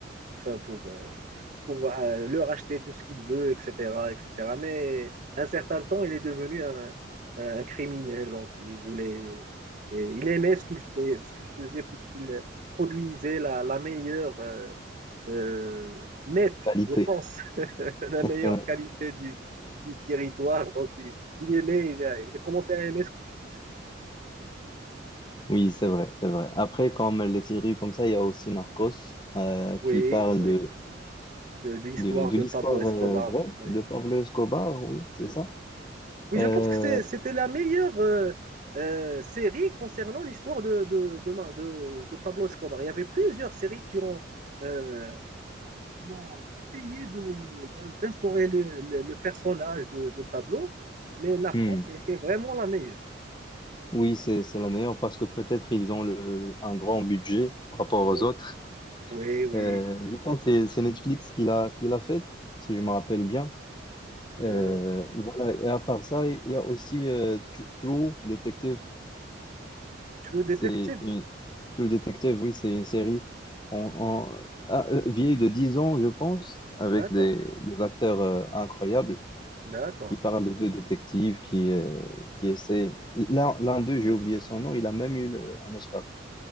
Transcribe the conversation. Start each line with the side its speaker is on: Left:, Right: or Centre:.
Right: enfin pour, euh, pour euh, leur acheter tout ce qu'il veut, etc., etc. Mais un certain temps, il est devenu un, un criminel. Donc, il voulait, et il aimait ce qu'il fait, ce qu'il faisait, puisqu'il produisait la, la meilleure euh, euh, meth,
Left: Qualité.
Right: je pense, <laughs> la meilleure
Left: Ouais.
Right: qualité du, du territoire. Donc, il, il aimait, il a, il a commencé à aimer ce qu'il ce qu'il fait.
Left: Oui, c'est vrai, c'est vrai. Après, comme les séries comme ça, il y a aussi Narcos euh, qui
Right: Oui,
Left: parle
Right: oui,
Left: de
Right: de, de l'histoire
Left: de, de
Right: de
Left: l'histoire
Right: Pablo Escobar.
Left: euh, vraie
Right: Oui,
Left: de Pablo Escobar, oui, c'est
Right: oui.
Left: ça.
Right: Oui,
Left: Euh,
Right: je pense que c'est- c'était la meilleure euh, euh, série concernant l'histoire de, de, de, ma- de- de Pablo Escobar. Il y avait plusieurs séries qui ont, euh, qui ont essayé de- d'instaurer le, le- le personnage de, de Pablo, mais Narcos
Left: hmm,
Right: était vraiment la meilleure.
Left: Oui, c'est, c'est la meilleure parce que peut-être ils ont le, un grand budget par rapport
Right: Oui,
Left: aux autres.
Right: oui, oui.
Left: Euh,
Right: oui.
Left: je pense que c'est c'est Netflix qui l'a qui l'a fait, si je me rappelle bien. Euh,
Right: Euh,
Left: voilà, et à part ça, il y a aussi euh, Tru- True Detective.
Right: tu le détective?
Left: C'est une... True Detective, oui, c'est une série en, en- ah, euh, vieille de 10 ans, je pense, avec
Right: D'accord,
Left: des, des acteurs euh, incroyables.
Right: d'accord,
Left: Il parle de deux détectives qui, euh, qui essaient. L'un l'un d'eux, j'ai oublié son nom, il a même eu le- un Oscar.